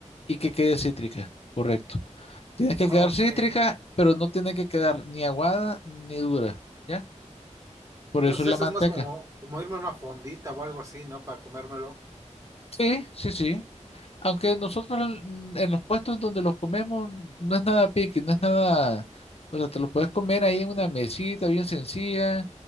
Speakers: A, on the left; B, on the right.
A: y que quede cítrica, correcto. Tiene que
B: Ah,
A: quedar
B: ok.
A: cítrica, pero no tiene que quedar ni aguada ni dura, ¿ya? Por
B: Entonces
A: eso es la
B: eso
A: manteca.
B: es más como, como irme a una fondita o algo así, ¿no? Para comérmelo.
A: Sí, sí, sí. Aunque nosotros en, en los puestos donde los comemos no es nada pique, no es nada, o sea, te lo puedes comer ahí en una mesita bien sencilla,